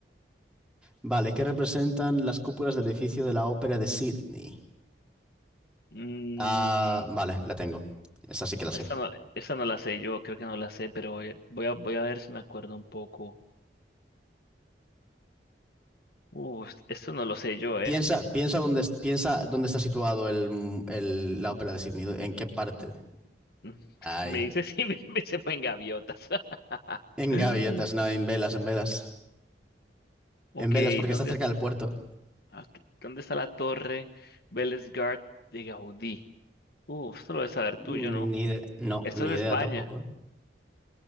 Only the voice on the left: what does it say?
Mm,
esta no, esta no la sé, yo creo que no la sé, pero voy, voy a, voy a ver si me acuerdo un poco. Uh, est- esto no lo sé yo,
¿eh?
<laughs>
Me dice si me, me se fue en gaviotas. <laughs>
Ok,
¿dónde,
Aquí, ¿dónde está la torre Bellesgard de Gaudí? Uf, esto lo debes saber
tú, yo no.
Esto
es de No
España.